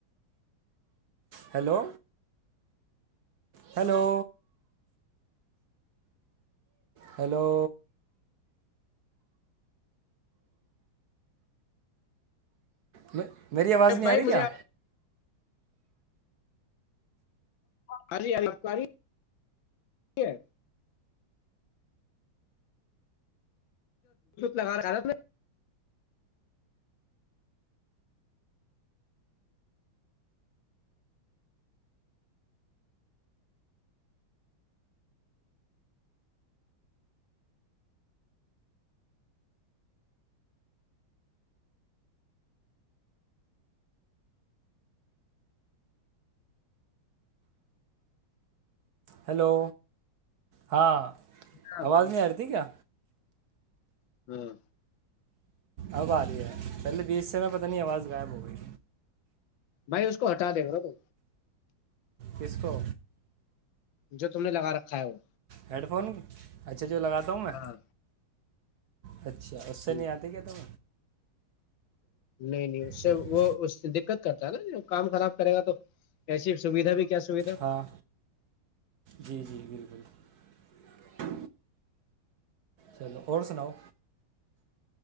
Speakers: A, on the right (about 60°); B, on the left (about 75°).
A: ہیلو ہیلو ہیلو میں میری آواز نہیں
B: بھائی
A: آ رہی کیا
B: مجھے ہاں جی الاری ج لگا رہا ہےت
A: ہیلو ہاں
B: ہاں
A: آواز
B: بابا
A: نہیں آ رہتی کیا
B: ہاں
A: اب آ رہی ہے پہلے بیچ سے میں پتاہ نہیں آواز غائب ہو گئی
B: بھائی اس کو ہٹا دے گرو
A: کسکو
B: جو تم نے لگا رکھا ہے وہ
A: ہیڈ فون اچھا مجھے لگاتا ہوں میں
B: ہاں
A: اچھا اس سے
B: ہ
A: نہیں آتے کیا تم
B: نہیں نہیں اس
A: ٹھیک
B: سے
A: ہے
B: وہ اس دقت کرتا نا کام خراب کرے گا تو ایسی سویدھا بھی کیا سویدھا
A: ہاں جی جی بالکل چلو اور سناؤ